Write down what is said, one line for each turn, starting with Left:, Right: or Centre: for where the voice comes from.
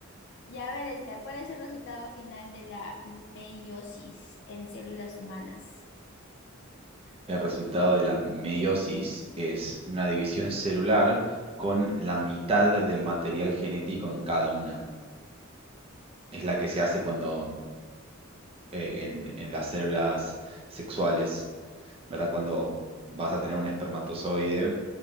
Left: Ya a ver esta, ¿cuál es el resultado final de la meiosis en células humanas?
Right: El resultado de la meiosis es una división celular con la mitad del material genético en cada una. Es la que se hace cuando eh, en, en las células sexuales ¿verdad? Cuando vas a tener un espermatozoide,